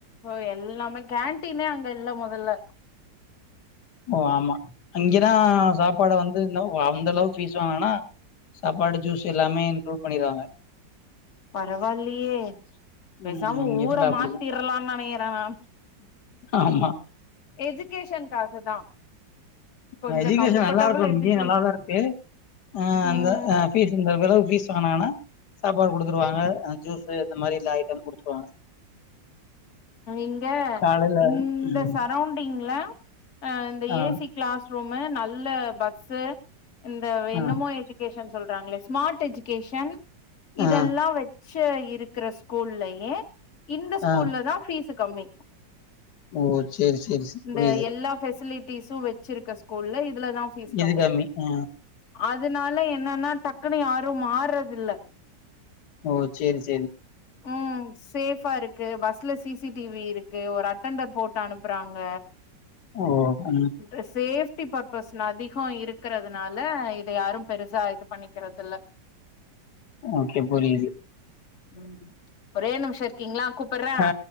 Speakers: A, on the left; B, on the left.
A: ஓ எல்லாமே கேன்ட்டீனே அங்க இல்ல மொதல்ல
B: ஓ ஆமா அங்கெனா சாப்பாடு வந்து இன்னொ ஓ அந்த அளவுக்கு ஃபீஸ் வாங்னாங்னா சாப்பாடு ஜூஸ்ஸு எல்லாமே இன்க்ளூட் பண்ணிருவாங்க
A: பரவால்லியே பேசாம
B: ம் இங்க
A: ஊர
B: ஃபுல்லா அப்படிதா
A: மாத்திர்லானு நெனைக்கறே நானு
B: ஆமா
A: எஜுகேஷன்காக தா கொஞ்சோ
B: ஆ எஜுகேஷன்
A: கம்ஃபர்டபிள்
B: நல்லா இருக்கு
A: எஜுகே
B: இங்கே நல்லாதா இருக்கு அ
A: ம்
B: அந்த ஃபீஸ் அந்த அளவுக்கு ஃபீஸ் வாங்கனா சாப்பாடு குடுத்துருவாங்க அ ஜூஸ் இந்த மாரி எல்லா ஐட்டம் குடுத்துருவாங்க
A: இங்க
B: காலைல
A: இந்த
B: ம்
A: சரௌண்டிங்ல அ இந்த
B: ஆ
A: ஏசி கிளாஸ் ரூமு நல்ல பஸ்ஸு இந்த
B: ஆ
A: எனமோ எஜு கேஷன் சொல்றாங்களே ஸ்மார்ட் எஜுகேஷன் இதெல்லா
B: ஆ
A: வை ரிச்சா இருக்கிற ஸ்கூல்லயே இந்த ஸ்கூல்ல
B: ஆ
A: தா ஃபீஸ் கம்மி
B: ஓ சேரி சேரி சேரி
A: இந்த
B: புரியுது
A: எல்லா பெஃசிலிட்டிஸு வை வச்சிருக்க ஸ்கூல்ல இதுலதா ஃபீஸ் கம்மி
B: இது ஆ
A: அதனால என்னன்னா டக்குனு யாரு மாறுறதில்ல
B: ஓ சேரி சேரி
A: ம் சேஃபா இருக்கு பஸ் ல சி சி டி வி இருக்கு ஒரு அட்டண்டர் போட்டு அனுப்புறாங்க
B: ஓ அம்
A: இ சேஃப்டி பர்பஸ் னா அதிக இருக்கிறதுனால இத யாரு பெருசா இது பண்ணிக்கிறது இல்ல
B: ஓகே புரியுது
A: ம் ஒரே நிமிஷோ இருக்கீங்களா கூப்டுறே
B: ஆ